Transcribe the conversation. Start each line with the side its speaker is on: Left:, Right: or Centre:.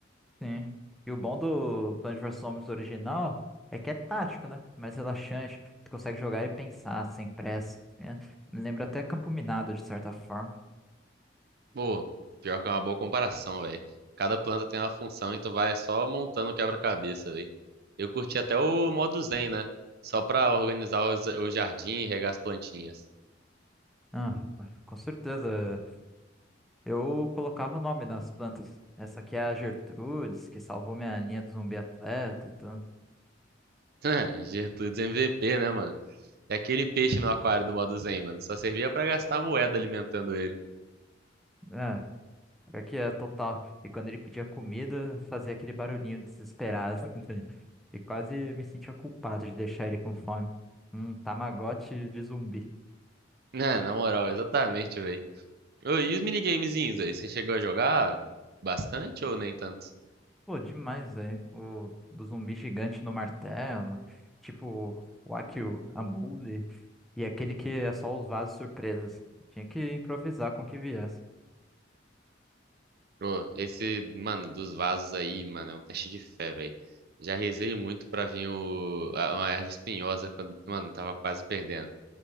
Centre: Sim. E o bom do Plants vs Zombies original é que é tático, né? Mais relaxante. Tu consegue jogar e pensar sem pressa. né? Me lembra até Campo Minado, de certa forma.
Right: Pô, pior que é uma boa comparação, velho. Cada planta tem uma função e tu vai só montando o quebra-cabeça, velho. Eu curti até o modo Zen, né? Só pra organizar os- o jardim e regar as plantinhas.
Centre: Ah, com certeza. Eu colocava o nome nas plantas. Essa aqui é a Gertrudes, que salvou minha linha do zumbi atleta. Então,
Right: <laughs> Gertrudes MVP, né, mano? É aquele peixe no aquário do modo Zen, mano. Só servia pra gastar moeda alimentando ele. <laughs>
Centre: é, pior que é total. E quando ele pedia comida, fazia aquele barulhinho desesperado. <laughs> E quase me sentia culpado de deixar ele com fome. Um Tamagotchi de zumbi.
Right: Né, na moral, exatamente, velho. E os minigamezinhos aí? Você chegou a jogar bastante ou nem tanto?
Centre: Pô, demais, velho. O do zumbi gigante no martelo, tipo o Akio, a Mule, e aquele que é só os vasos surpresas. Tinha que improvisar com o que viesse.
Right: Pô, esse, mano, dos vasos aí, mano, é um teste de fé, velho. Já rezei muito pra vir o, a- uma erva espinhosa quando, mano, tava quase perdendo.